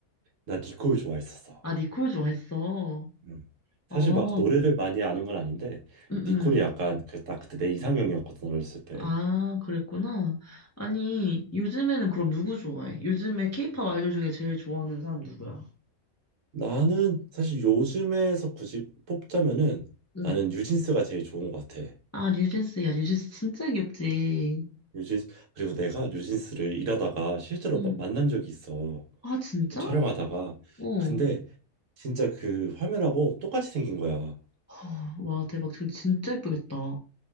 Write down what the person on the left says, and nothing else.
아, 니콜 좋아했어.
어,
응,
응.
아, 그랬구나. 아니, 요즘에는 그럼 누구 좋아해? 요즘에 케이팝 아이돌 중에 제일 좋아하는 사람 누구야?
응.
아, 뉴진스. 야, 뉴진스 진짜 귀엽지.
응.
아, 진짜?
어.
허, 와, 대박. 지금 진짜 예쁘겠다.